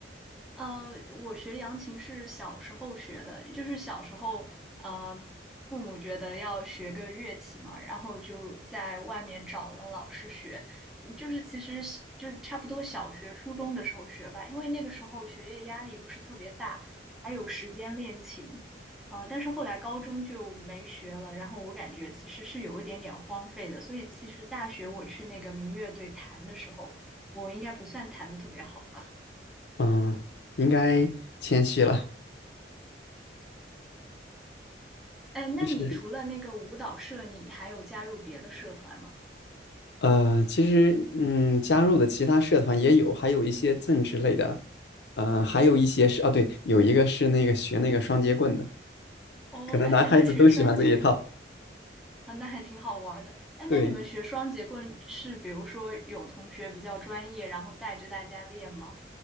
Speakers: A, in the centre; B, on the left (about 65°).
A: 呃，我学扬琴是小时候学的，就是小时候，呃，父母觉得要学个乐器嘛，然后就在外面找了老师学，嗯就是其实是就是差不多小学、初中的时候学吧，因为那个时候学业压力不是特别大，还有时间练琴，呃，但是后来高中就没学了，然后我感觉其实是有一点点荒废的，所以其实大学我去那个民乐队弹的时候，我应该不算弹的特别好吧。
B: 嗯，应该谦虚了。
A: 哎，那你除了那个舞蹈社，
B: 就是
A: 你还有加入别的社团吗？
B: 呃，其实嗯，加入的其他社团也有，还有一些政治类的，呃，还有一些是啊，对，有一个是那个学那个双截棍的，
A: 哦，
B: 可能男孩子都喜欢这一套。
A: 还还能学双节棍啊，那还挺好玩儿的。哎，
B: 对，
A: 那你们学双节棍是，比如说有同学比较专业，然后带着大家练吗？